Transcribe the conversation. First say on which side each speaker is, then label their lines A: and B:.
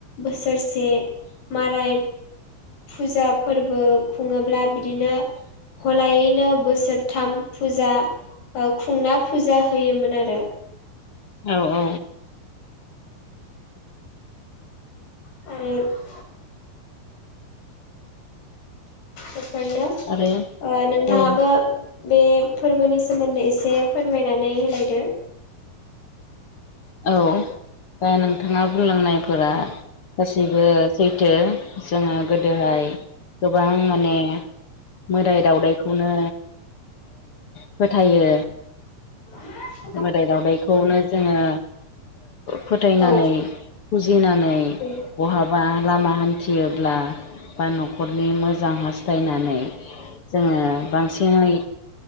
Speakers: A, on the left; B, on the left.
A: बोसोरसे माराय। फुजा फोरबो खुङोब्ला बिदिनो गलायैनो बोसोरथाम फुजा खुंना फुजा होयोमोन आरो।
B: औ औ।
A: <inaudible> बेफोरनो
B: आरो
A: नोंथाङाबो
B: औ
A: बे फोरबोनि सोमोन्दै एसे फोरमायनानै होलायदो।
B: औ। द नोंथाङा बुंलांनायफोरा गाैबो सैथो। जोङो गोदोहाय गोबां माने मोदाय दावदायखौनो फोथायो।
A: <unintelligible>
B: मोदाय दावदैखौनो जोङो फोथायनानै
A: औ
B: फुजिनानै
A: औ
B: बहाबा लामा हान्थि फुथियोब्ला बा न'खरनि मोजां हास्थायनानै। जोङो बांसिनै